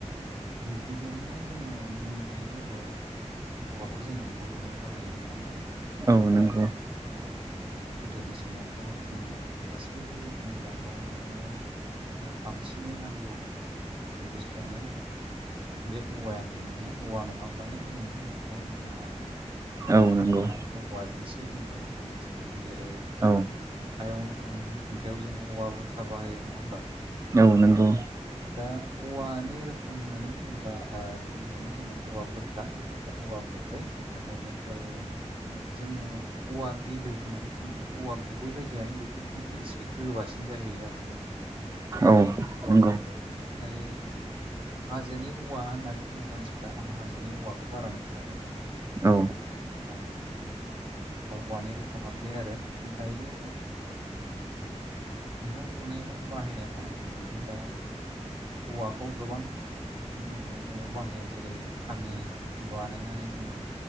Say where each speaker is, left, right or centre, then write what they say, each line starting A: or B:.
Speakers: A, on the right; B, on the right.
A: गिबियावनो जोङो बुंनो हायो औवाखौ जोङो न' लुनायाव बाहायो नङा होमबा
B: औ नंगौ
A: औ गोदोनि समावथ' जोङो गासैबो बेबो जेनेब्ला ओ न' लुनायाव बांसिनै नांगौ बुस्थुआनो बे औवायानोमोन माने औवा नङाब्लानो जोङो न'खौ लुनो हायामोन
B: औ नंगौ
A: बे औवाजोंसो जोङो न'खौर लुजोबोमोन जेरै
B: औ
A: खुन्थायावनो होन खुन्थायाव जोङो औवा बुरखा बाहायो नङा होमबा
B: औ नंगौ
A: दा औवानि रोखोम होननानै बुङोब्ला गिबियावनो जोङो औवा बुर खा बेनिफ्राय औवा गुबै बेनिफ्राय जोङो औवा बिलो होननानै बुङो औवा गुबै बायदियानो बेबो खिन्थु एसे गोबासिन सिन जाहैयो आरो बियो
B: औ
A: औवा
B: नंगौ
A: फोरदों बेनिफ्राय हाजोनि औवा होननानै बुङो मानसिफोरा आं हाजोनि औवाखौ बारा नुफेराखै
B: औ
A: आ औवानि रोखोमा बे आरो दायो न' लुनायाव बाहायनायखौ आं बुंदोंमोन दा औवाखौ गोबां जोङो न' लुनायाव बाहेर जेरै खामि बानायनानै जोङो